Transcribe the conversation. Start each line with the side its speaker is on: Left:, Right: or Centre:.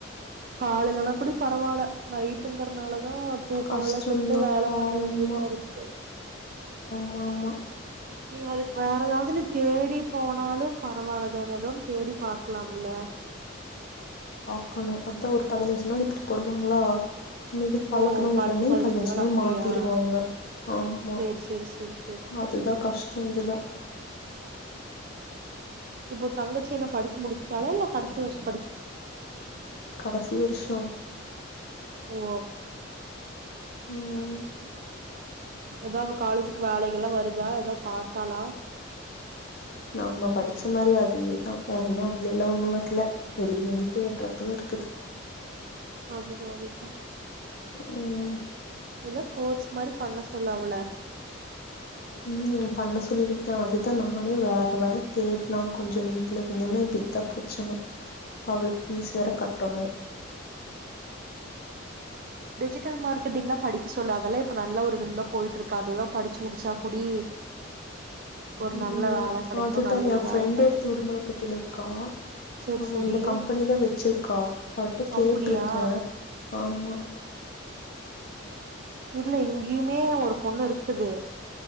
Right: காலைலனா கூடி பரவால்ல நைட்டுங்கறனால தா தூக்கமெல்லா
Left: கஷ்டம்தான்
Right: கெட்டு வேல பண்ண
Left: ஆமா
Right: வேண்டிதா இருக்கு
Left: மா மா
Right: நீ அதுக்கு வேற ஏதாவது நீ தேடி போனாலு பரவால தானே எதோன் தேடி பாக்கலாம்ல
Left: க்கணும் அதான் ஒரு பதனஞ்சு நாள் இப்படி போடுவாங்களா நம்ம இதுக் பழக்குன
Right: ஓ
Left: உடனே
Right: அடுத்து
Left: பதினஞ்சு நாள்
Right: அப்டியா
Left: மாத்திருவாங்க ஆமா
Right: சேரி சேரி சேரி சேரி
Left: அதுதா கஷ்டோ இதுல
Right: இப்போ தங்க ச்சி என்ன படிச்சு முடிச்சிடால இல்ல கடைசி வர்ஷோ படிச்
Left: கடசி வருஷோ
Right: ஓ
Left: உம்
Right: ஏதாவ அவ காலேஜுக்கு வேலைகல்லா வருதா எதா பாத்தாளா
Left: நம்ம படிச்ச மாரி அதேதா ஒண்ணு அதுல எல்லா ஒண்ணு வர்ல வெளி வந்து தேட்டுறது தா இருக்குது
Right: அதுதா அதுதா
Left: உம்
Right: எதோ கோர்ஸ் மாரி பண்ண சொல்லு அவள
Left: உம் பண்ண சொல்லிருக்கே அதுதா நானே வேற வேல தேட்லா கொஞ்சொ வீட்லிருந்துனா இப்ப இதா பிரெச்சன இப்ப அவளுக்கு ஃபீஸ் வேற கட்டணு
Right: டிஜிட்டல் மார்க்கெட்டிங்லா படிக்க சொல்லு அதெல்லா இப்ப நல்ல ஒரு இதுல்தா போயிட்ருக்கா அதுதா படிச்சு முடிச்சா கூடி ஒரு
Left: உம்
Right: நல்ல வேல கெடைக்கு
Left: அதுதா
Right: நல்ல
Left: என்
Right: இதா
Left: ஃப்ரெண்ட்
Right: இருக்கு
Left: ஒருத்தி உடுமல பேட்டைல இருக்கா
Right: செரி
Left: அவ
Right: செரி
Left: இந்த கம்பெனிதா வெச்சிருக்கா அவட்ட கேட்ருக்க
Right: அப்டியா
Left: ஆமா
Right: இல்ல இங்கியுமே ஒரு பொண்ணு இருக்குது